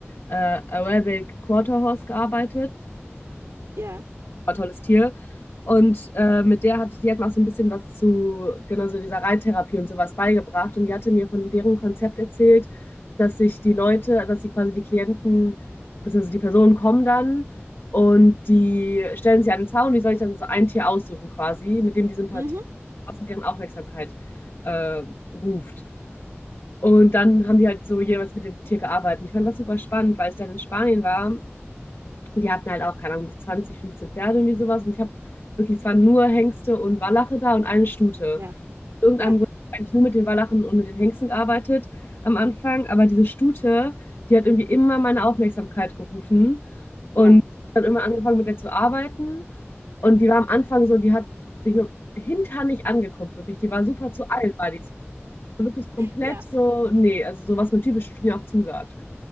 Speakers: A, on the left; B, on the right.
A: äh, Arabic Quarter Horse gearbeitet
B: Ja.
A: tolles Tier. Und äh, mit der hatte ich, die hat mir auch so ein bisschen was zu, genau so dieser Reittherapie und sowas beigebracht. Und die hatte mir von deren Konzept erzählt, dass sich die Leute, dass sie quasi die Klienten, beziehungsweise die Personen kommen dann und die stellen sich an den Zaun, die soll ich dann so ein Tier aussuchen quasi, mit dem die Sympathie,
B: Mhm.
A: außer deren Aufmerksamkeit äh, ruft. Und dann haben die halt so jeweils mit dem Tier gearbeitet. Ich fand das super spannend, weil ich dann in Spanien war die hatten halt auch, keine Ahnung, die 20, 15 Pferde, irgendwie sowas. Und ich habe wirklich, es waren nur Hengste und Wallache da und eine Stute.
B: Ja.
A: Irgendeinem
B: Ja.
A: Grund hab ich eigentlich nur mit den Wallachen und mit den Hengsten gearbeitet am Anfang. Aber diese Stute, die hat irgendwie immer meine Aufmerksamkeit gerufen. Und
B: Ja.
A: dann immer angefangen, mit der zu arbeiten. Und die war am Anfang so, die hat sich mit dem Hintern nicht angeguckt, wirklich. Die war super zu allen, war die so wirklich komplett
B: Ja,
A: so, nee, also so, was man typisch Studien auch zusagt.